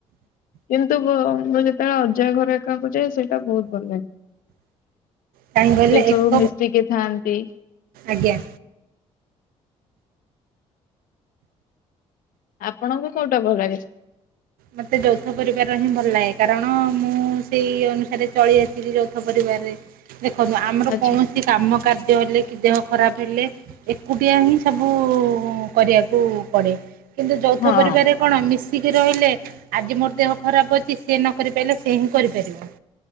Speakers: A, on the left; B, on the right.
A: କିନ୍ତୁ ବୁ ମୁଁ ଯେତେବେଳେ ଅଜା ଘର ଏକାକୁ ଯାଏ ସେଇଟା ବହୁତ ଭଲ ଲାଗେ।
B: କାହିଁ କହିଲେ
A: ସେ
B: ଏକ
A: ସବୁ ମିଶିକି ଥାଆନ୍ତି।
B: ଆଜ୍ଞା।
A: ଆପଣଙ୍କୁ କୋଉଟା ଭ ଲାଗେ?
B: ମତେ ଯୌଥ ପରିବାର ହିଁ ଭଲ ଲାଗେ କାରଣ ମୁଁ ସେଇ ଅନୁସାରେ ଚଳି ଆସିଚି ଯୌଥ ପରିବାରରେ ଦେଖନ୍ତୁ ଆମର
A: ଆଚ୍ଛା
B: କୌଣ କି କାମ କାର୍ଯ୍ୟ ହେଲେ କି ଦେହ ଖରାପ ହେଲେ ଏକୁଟିଆ ହିଁ ସବୁ କରିବାକୁ ପଡେ। କିନ୍ତୁ ଯୌଥ
A: ହଁ।
B: ପରିବାରରେ କଣ ମିଶିକି ରହିଲେ। ଆଜି ମୋର ଦେହ ଖରାପ ଅଛି ସେ ନ କରି ପାରିଲେ ସେ ହିଁ କରିପାରିବ।